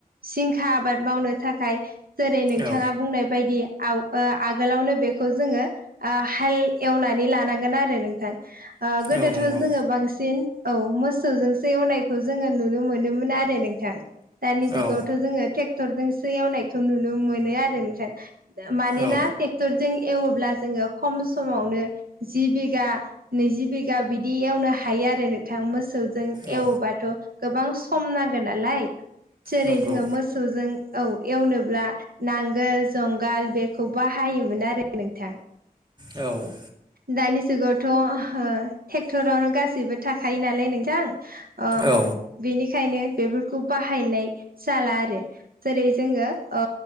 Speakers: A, on the right (about 70°); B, on the right (about 30°).
A: जिंखा आबाद मावनो थाखाय जेरै नोंथाङा
B: औ
A: बुंनाय बायदि आव ओ आगोलावनो बेखौ जोङो ओ हाल एवनानै लानांगोन आरो नोंथां ओ गोदोथ'
B: औ नंगौ
A: जोङो बांसिन औ मोसौजोंसो एवनायखौ जोङो नुनो मोनोमोन आरो नोंथां दानि जुगावथ'
B: औ
A: जोङो थेक्टरजोंसो एवनायखौ नुनो मोनो आरो नोंथां। मानोना
B: औ
A: टेक्टरजों एवोब्ला जोङो खम समावनो जि बिगा नैजि बिगा बिदि एवनो हायो आरो नोंथां मोसौ जों
B: औ
A: एवोबाथ' गोबां सम नांगो नालाय जेरै
B: नंगौ
A: जोङो मोसौजों औ एवनोब्ला नांगोल जंगाल बेखौ बाहायोमोन आरो नोंथां
B: औ
A: दानि जुगावथ' ओ ट्रेक्टरावनो गासैबो थाखायो नालाय नोंथां। ओ
B: औ
A: बेनिखायनो बेफोरखौ बाहायनाय जाला आरो जेरै जोङो औ